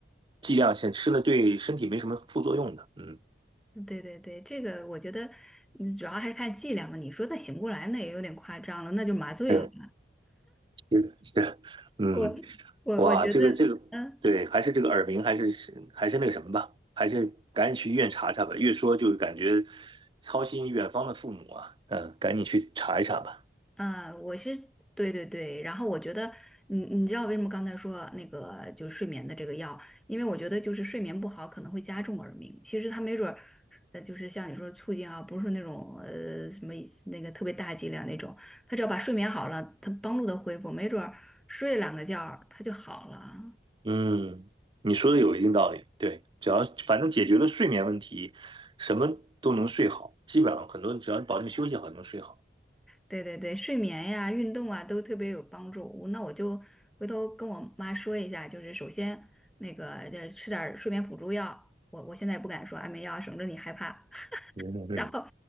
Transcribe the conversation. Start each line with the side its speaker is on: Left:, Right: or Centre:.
Right: 剂量性，吃了对身体没什么副作用的，嗯，
Centre: 对对对，这个我觉得嗯主要还是看剂量嘛。你说那醒不过来，那也有点夸张了，那就麻醉了吧？
Right: 对，是的是的，嗯。
Centre: 我我我觉得。
Right: 哇，这个这个，
Centre: 嗯。
Right: 对，还是这个耳鸣，还是还是那个什么吧，还是赶紧去医院查查吧。越说就感觉操心远方的父母啊，嗯，赶紧去查一查吧。
Centre: 嗯，我是对对对，然后我觉得，你你知道为什么刚才说那个就是睡眠的这个药？因为我觉得就是睡眠不好可能会加重耳鸣，其实它没准儿，呃，就是像你说促进啊，不是说那种呃什么那个特别大剂量那种，它只要把睡眠好了，它帮助它恢复，没准儿睡两个觉儿它就好了。
Right: 嗯，你说的有一定道理，对，只要反正解决了睡眠问题，什么都能睡好，基本上很多人只要你保证休息好，就能睡好。
Centre: 对对对，睡眠呀、运动啊都特别有帮助。我那我就回头跟我妈说一下，就是首先那个呃吃点儿睡眠辅助药，我我现在不敢说安眠药，省着你害怕。
Right: 嗯对，
Centre: 然后